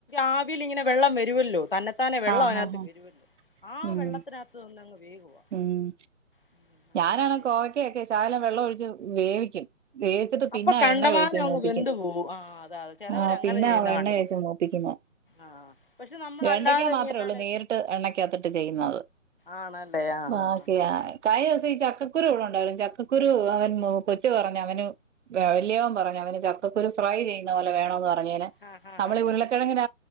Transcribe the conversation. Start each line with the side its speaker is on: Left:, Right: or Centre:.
Left: ആവിയിൽ ഇങ്ങനെ വെള്ളം വരുമല്ലോ തന്ന താനെ വെള്ളം
Right: ആഹ്
Left: അതിനകത്ത്
Right: ആഹ്
Left: വരുവല്ലോ ആ
Right: ഉം
Left: വെള്ളത്തിനകത്ത് നിന്നങ്ങ് വേകുവാ
Right: ഉം
Left: ഉം അങ്ങനെയാ
Right: ഞാനാണ്
Left: ചെയ്യുന്നത്
Right: കോവക്കക്കെ ശകലം വെള്ളം ഒഴിച്ച് വേവിക്കും വേവിച്ചിട്ട് പിന്നെ
Left: അപ്പൊ കണ്ടമാനം
Right: എണ്ണ ഒഴിച്ച്
Left: അങ്ങ്
Right: മൂപ്പിക്കുന്ന
Left: വെന്ത് പോവും ആ അതാ അതെ ചിലവര്
Right: ആഹ്
Left: അങ്ങനെ
Right: പിന്നെ
Left: ചെയ്യുന്ന
Right: ആ എണ്ണ
Left: കണ്ടിട്ടുണ്ട്
Right: ഒഴിച്ച് മൂപ്പിക്കുന്ന
Left: ആഹ് പക്ഷെ നമ്മളല്ലാതെ
Right: വെണ്ടയ്ക്ക മാത്രേള്ളൂ
Left: ഇങ്ങനാണ്
Right: നേരിട്ട് എണ്ണയ്ക്കകത്തിട്ട് ചെയ്യുന്നത്
Left: ആണല്ലേ ആഹ്
Right: ആക്ക
Left: ആഹ്
Right: കഴിഞ്ഞ ദിവസം ഈ ചക്കക്കുരു ഇവിടെ ഉണ്ടാവാലും ചക്കക്കുരു അവൻ കൊച്ചു പറഞ്ഞു അവന് വ വലിയവൻ പറഞ്ഞ് അവന് ചക്കക്കുരു ഫ്രൈ ചെയ്യുന്ന പോലെ വേണോന്ന് പറഞ്ഞെന്
Left: ആഹ് ആഹ്
Right: അവൾ
Left: ആഹ്
Right: ഉരുളക്കിഴങ്ങിന
Left: ആഹ്